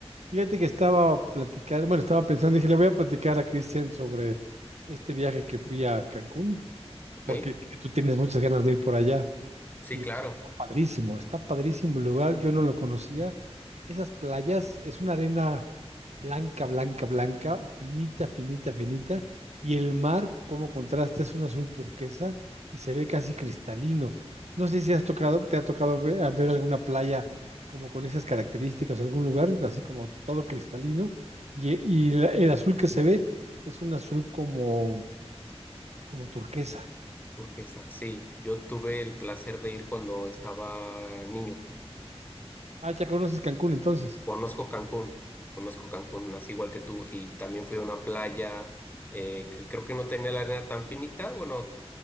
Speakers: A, on the right; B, on the left.
A: Fíjate que estaba platicando, bueno, estaba pensando, dije, le voy a platicar a Cristian sobre este viaje que fui a Cancún, porque
B: ¿Ve?
A: sé que tú tienes muchas ganas de ir por allá.
B: Sí,
A: Y la
B: claro,
A: verdad está padrísimo, está padrísimo el lugar, yo no lo conocía. Esas playas, es una arena blanca, blanca, blanca, finita, finita, finita, y el mar, como contraste, es un azul turquesa y se ve casi cristalino. No sé si has tocado, te ha tocado ve- a ver, alguna playa como con esas características, algún lugar, así como todo cristalino, y, y la- el azul que se ve es un azul como, como turquesa.
B: porque está? sí, yo tuve el placer de ir cuando estaba niño.
A: Ah, ya conoces Cancún entonces.
B: Conozco Cancún, conozco Cancún, nací igual que tú, y también fui a una playa eh, que creo que no tenía la arena tan finita, bueno,